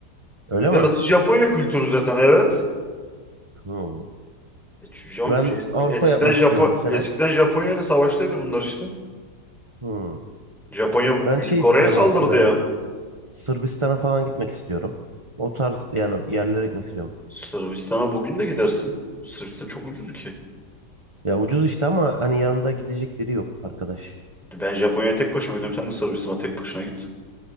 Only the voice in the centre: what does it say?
yarısı
Japonya kültürü zaten evet.
E, şu Jap-
es-
Eskiden
Japo
eskiden Japonya ile savaştaydı bunlar işte.
Japonya
Güney
Kore'ye
saldırdı
ya.
Sırbistan'a bugün de gidersin. Sırbistan çok ucuz ki.
Ben Japonya'ya tek başıma gidiyorum. Sen de Sırbistan'a tek başına git.